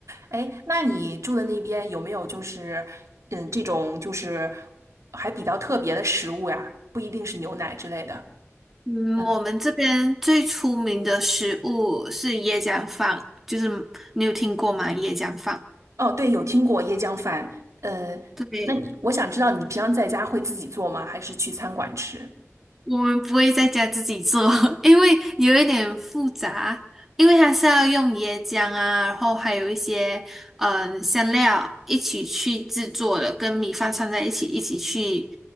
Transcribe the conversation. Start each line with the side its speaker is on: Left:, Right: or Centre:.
Right: 哎，那你住的那边有没有就是，嗯，这种就是还比较特别的食物呀？不一定是牛奶之类的。
Centre: 嗯，
Right: 嗯，
Centre: 我们这边最出名的食物是椰浆饭，就是你有听过吗？椰浆饭，
Right: 哦，对，有听过椰浆饭。呃，
Centre: 对，
Right: 那你我想知道你平常在家会自己做吗？还是去餐馆吃？
Centre: 我们不会在家自己做，<laughs> 因为有一点复杂，因为它是要用椰浆啊，然后还有一些嗯香料一起去制作的，跟米饭串在一起，一起去